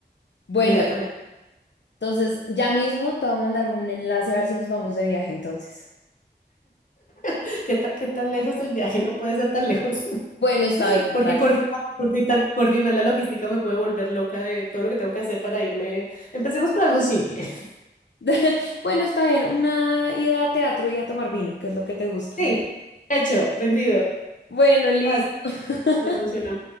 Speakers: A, on the left; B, on the left.
A: Bueno,
B: inmediatamente.
A: entonces ya mismo te voy a mandar un enlace a ver si nos vamos de viaje entonces.
B: <laughs> ¿Qué ta- qué tan lejos del viaje? No puede ser tan lejos.
A: Bueno, está bien, está
B: Porque
A: bien.
B: coordina, coordina- coordinar la logística me puede volver loca de todo lo que tengo que hacer para irme. Empecemos por algo simple. <laughs>
A: <laughs> Bueno, está bien, una ida a teatro y a tomar vino, que es lo que te gusta.
B: Sí, hecho, vendido.
A: Bueno, listo.
B: Ay,
A: <laughs>
B: me emociona.